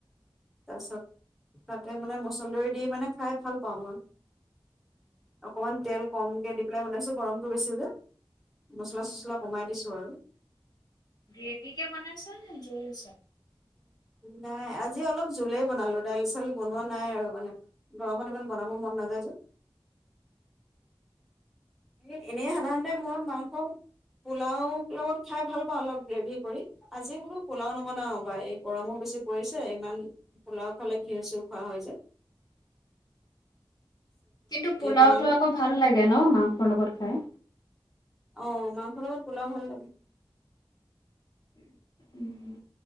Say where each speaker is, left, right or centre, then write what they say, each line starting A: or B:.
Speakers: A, in the centre; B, on the left.
A: তাৰপিছত তাতে মানে মছন্দৰী দি মানে খাই ভাল পাওঁ মই অকণমান তেল কমকে দি পেলাই বনাইছো গৰমটো বেছি যে মছলা চছলা কমাই দিছোঁ আৰু।
B: গ্ৰেভিকে বনাইছ নে জুল দিছা।
A: নাই আজি অলপ জোলেই বনালোঁ দাইল চাইল বনোৱা নাই আৰু মানে গৰমত ইমান বনাব মন নাযায় যে। এই এনেই সাধাৰণতে মই মাংস পোলাও লগত খাই ভাল পাওঁ অলপ গ্ৰেভি কৰি আজি বোলো পোলাও নবনাও বা এই গৰমো বেছি পৰিছে ইমান পোলাও খালে ঘি চিউও খোৱা হয়যে।
B: কিন্তু পোলাওতটো
A: বনালো
B: আকৌ ভাল লাগে ন মাংসৰ লগত। হয়?
A: আহ মাংস লগত পোলাও ভাল লাগে
B: উম।